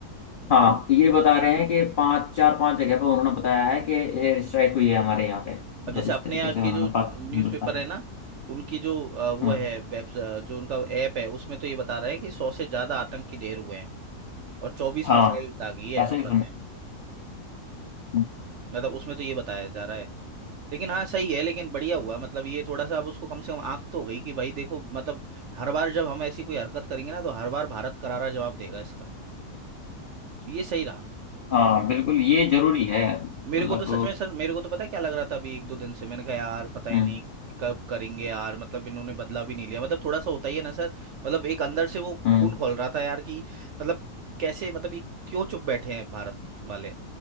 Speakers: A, on the left; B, on the right.
A: हाँ ये बता रहे हैं कि पांच चार पांच जगह पर उन्होंने बताया है कि एयर स्ट्राइक हुई है हमारे यहाँ पे मतलब
B: अब जैसे
A: इस
B: अपने
A: तरीके
B: यहाँ
A: से
B: के
A: उन्होंने
B: जो
A: पाक
B: न्यूज़पेपर
A: हिंदुस्तान में
B: है ना उनकी जो अ, वो
A: हम्म
B: है वेब जो उनका ऐप है उसमें तो ये बता रहे हैं कि सौ से ज्यादा आतंकी ढेर हुए हैं और चौबीस
A: हाँ
B: मिसाइल दागी है
A: ऐसे
B: अपन
A: ही सुना
B: ने
A: हम्म,
B: मतलब उसमें तो ये बताया जा रहा है लेकिन हाँ सही है लेकिन बढ़िया हुआ मतलब ये थोड़ा सा अब उसको कम से कम आंख तो हो गई कि भाई देखो मतलब हर बार जब हम ऐसी कोई हरकत करेंगे ना तो हर बार भारत करारा जवाब देगा इसका ये सही रहा
A: हाँ बिल्कुल ये जरूरी है मतलब
B: मेरे को तो सच में सर मेरे को तो पता है क्या लग रहा था अभी एक दो दिन से मैंने कहा यार पता ही
A: हम्म
B: नहीं कब करेंगे यार मतलब इन्होंने बदला भी नहीं लिया मतलब थोड़ा सा होता ही है ना सर मतलब एक अंदर से वो
A: हम्म
B: खून खौल रहा था यार कि मतलब कैसे मतलब ये क्यों चुप बैठे हैं भारत वाले